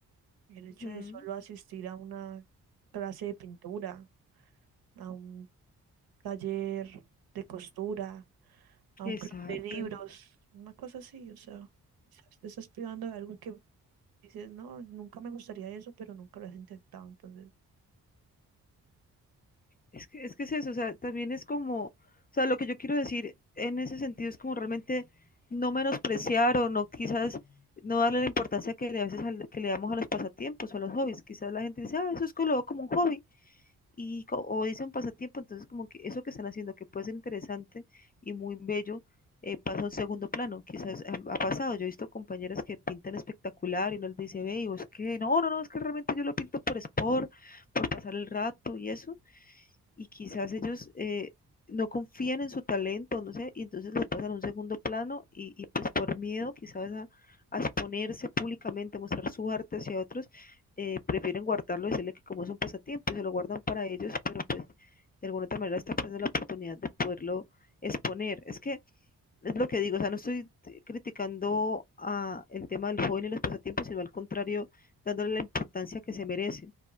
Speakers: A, on the right; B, on the left.
A: El hecho
B: Ujú,
A: de solo asistir a una clase de pintura, a un taller de costura, a
B: Exacto.
A: un club de libros, una cosa así, o sea, quizás te estás privando de algo que dices, no, nunca me gustaría eso, pero nunca lo has intentado, entonces.
B: Es que, es que es eso, o sea, también es como, o sea, lo que yo quiero decir en ese sentido es como realmente no menospreciar o no quizás no darle la importancia que le, a veces al- que le damos a los pasatiempos o a los hobbies. Quizás la gente dice, ah, eso es que lo veo como un hobby. y co- o dice un pasatiempo, entonces como que eso que están haciendo, que puede ser interesante y muy bello, eh, pasa a un segundo plano. Quizás eh, ha pasado, yo he visto compañeras que pintan espectacular y uno les dice, ve, y vos qué, no, no, no, es que realmente yo lo pinto por sport, por pasar el rato y eso, y quizás ellos eh, no confían en su talento, no sé, y entonces lo pasan a un segundo plano y, y pues por miedo quizás a, a, exponerse públicamente, a mostrar su arte hacia otros, eh, prefieren guardarlo, decirle que como es un pasatiempo y se lo guardan para ellos, pero pues de alguna otra manera está perdiendo la oportunidad de poderlo exponer. Es que es lo que digo, o sea, no estoy criticando a el tema del joven y los pasatiempos, sino al contrario, dándole la importancia que se merecen.